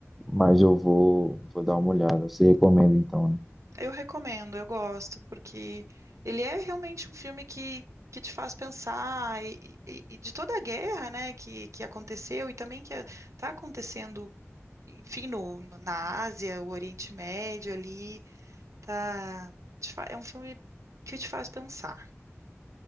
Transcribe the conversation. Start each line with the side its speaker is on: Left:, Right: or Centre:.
Centre: Mas eu vou, vou dar uma olhada. Você recomenda então, né?
Right: Eu recomendo, eu gosto, porque ele é realmente um filme que, que te faz pensar e, e- e de toda a guerra, né, que, que aconteceu e também que está acontecendo, enfim, no, no- na Ásia, o Oriente Médio ali, tá, te fa- é um filme que te faz pensar.